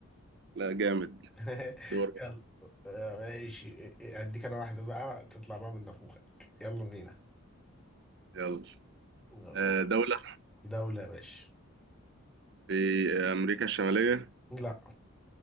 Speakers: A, on the right; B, in the centre.
A: لا جامد
B: <laughs>
A: دور
B: يلا يا ماشي اديك انا واحدة بقى تطلع بقى من نافوخك يلا بينا
A: يلا
B: يلا
A: آه دولة
B: دولة يا باشا
A: في أمريكا الشمالية
B: لا